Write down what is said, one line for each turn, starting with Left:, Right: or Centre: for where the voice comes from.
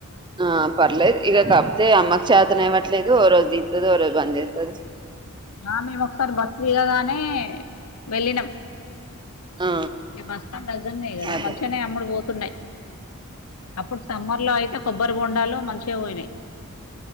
Right: ఆ పర్లేదు ఇగ కాకపోతే అమ్మకి చేతన అవ్వట్లేదు ఓ రోజు తీస్తది ఓ రోజు బంజెస్తది
Left: ఆ మేము ఒకసారి బస్సు దిగగానే వెళ్ళినం
Right: ఆ
Left: బస్ స్టాండ్ దగ్గరన్నే కదా
Right: అదే
Left: మంచిగానే అమ్ముడు పోతున్నాయి అప్పుడు సమ్మర్ లో అయితే కొబ్బరి బొండాలు మంచిగా పోయినాయి